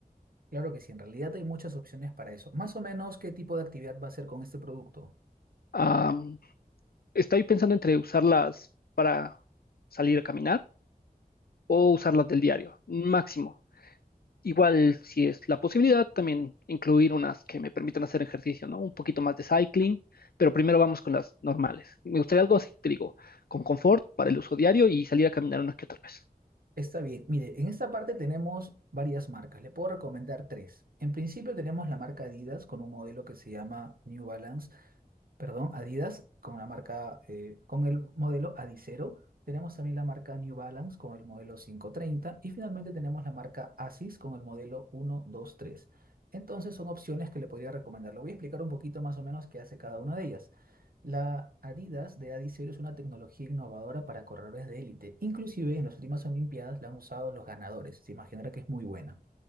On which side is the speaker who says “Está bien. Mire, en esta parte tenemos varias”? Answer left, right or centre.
Right